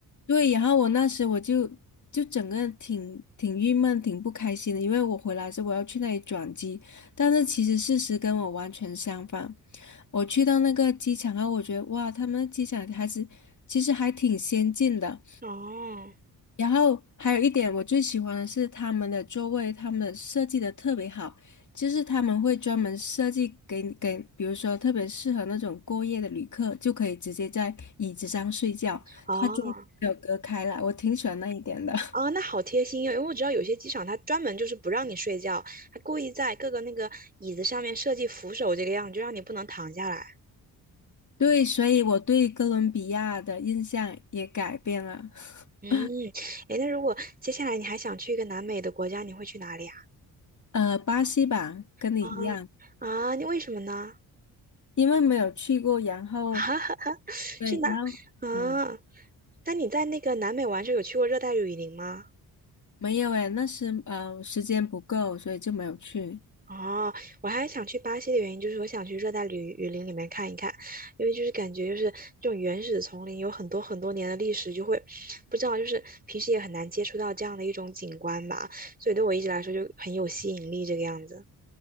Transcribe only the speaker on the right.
哦，
哦，
哦，那好贴心哦，因为我知道有些机场它专门就是不让你睡觉，它故意在各个那个椅子上面设计扶手这个样，子，就让你不能躺下来。
嗯，诶，那如果接下来你还想去一个南美的国家，你会去哪里啊？
啊啊，你为什么呢？
<laughs>
是南啊？
那你在那个南美玩的时候有去过热带雨林吗？
哦，我还想去巴西的原因就是我想去热带雨雨林里面看一看，因为就是感觉就是这种原始丛林有很多很多年的历史，就会不知道就是平时也很难接触到这样的一种景观吧，所以对我一直来说就很有吸引力这个样子。